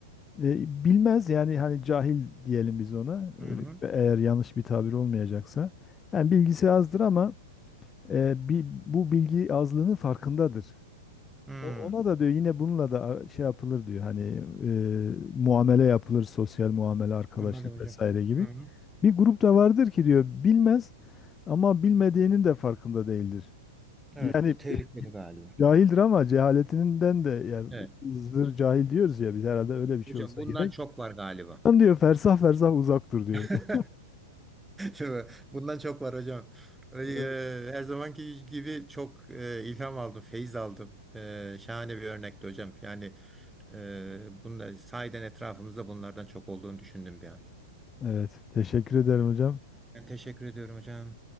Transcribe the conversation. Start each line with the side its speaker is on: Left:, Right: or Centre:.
Left: eee, bilmez yani hani cahil diyelim biz ona
Centre: hı hı.
Left: eee, eğer yanlış bir tabir olmayacaksa. Yani bilgisi azdır ama eee, bi- bu bilgi azlığının farkındadır.
Centre: Hı.
Left: O- Ona da diyor yine bununla da şey yapılır diyor hani e, muamele yapılır sosyal muamele arkadaşlık
Centre: Anladım hocam.
Left: vesaire gibi.
Centre: Hı hı.
Left: Bir grup da vardır ki diyor bilmez ama bilmediğinin de farkında değildir.
Centre: Evet
Left: Yani
Centre: bu tehlikeli
Left: <laughs>
Centre: galiba.
Left: cahildir ama cehaletinden de yani
Centre: Evet.
Left: zır cahil diyoruz ya biz herhalde öyle bir şey
Centre: Hocam
Left: olsa
Centre: bundan
Left: gerek.
Centre: çok var galiba.
Left: Lan diyor fersah fersah uzak dur diyor.
Centre: <laughs>
Left: <laughs>
Centre: Değil Bundan çok var hocam. Ee,
Left: Evet.
Centre: Her zamanki gibi çok e, ilham aldım, feyiz aldım. Ee, Şahane bir örnekti hocam. Yani e, bunlar, sahiden etrafımızda bunlardan çok olduğunu düşündüm bir an.
Left: Evet teşekkür ederim hocam.
Centre: Ben teşekkür ediyorum hocam.